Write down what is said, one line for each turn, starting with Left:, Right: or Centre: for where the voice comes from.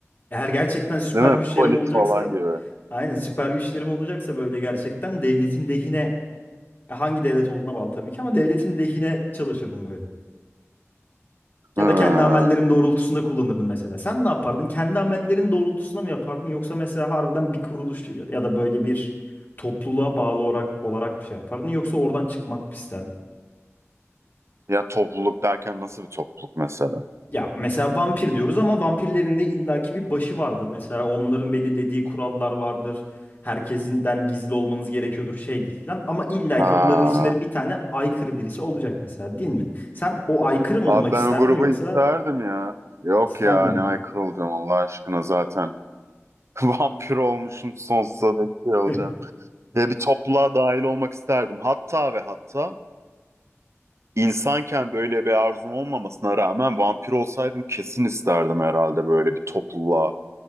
Left: Eğer gerçekten süper
Right: Değil mi?
Left: güçlerim
Right: Polis
Left: olacaksa,
Right: falan gibi.
Left: aynen süper güçlerim olacaksa böyle gerçekten devletin lehine e, hangi devlet olduğuna bağlı tabii ki ama devletin lehine çalışırdım böyle. Ya
Right: Hı.
Left: da kendi amellerim doğrultusunda kullanırdım mesela. Sen ne yapardın? Kendi amellerin doğrultusunda mı yapardın yoksa mesela harbiden bir kuruluş ya da böyle bir topluluğa bağlı olarak olarak bir şey yapardın yoksa oradan çıkmak mı isterdin?
Right: Ya topluluk derken nasıl bir topluluk mesela?
Left: Ya mesela vampir diyoruz ama vampirlerin de illaki bir başı vardır. Mesela onların belirlediği kurallar vardır. Herkesinden gizli olmanız gerekiyordur şeydir filan. Ama illaki
Right: Ha.
Left: onların içinde de bir tane aykırı birisi olacak mesela değil mi? Sen o aykırı mı
Right: Abi
Left: olmak
Right: ben
Left: isterdin
Right: o grubu
Left: yoksa
Right: isterdim ya. Yok
Left: ister
Right: ya
Left: miydin?
Right: ne aykırı olacağım Allah aşkına zaten. <laughs> Vampir olmuşum sonsuza dek şey olacağım.
Left: <laughs>
Right: Ya bir topluluğa dahil olmak isterdim. Hatta ve hatta insanken böyle bir arzum olmamasına rağmen vampir olsaydım kesin isterdim herhalde böyle bir topluluğa